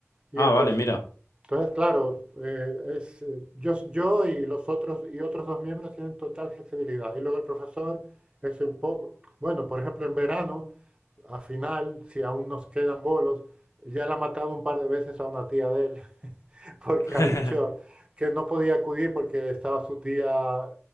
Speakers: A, on the right; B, on the left.
A: Y
B: Ah,
A: entonces...
B: vale, mira.
A: Entonces, claro, eh, es, eh, yo, yo y los otros y otros dos miembros tienen total flexibilidad. Y luego el profesor es un poco, bueno, por ejemplo, en verano, a final, si aún nos quedan bolos, ya le ha matado un par de veces a una tía de él, <laughs> porque
B: <laughs>
A: ha dicho que no podía acudir porque estaba su tía.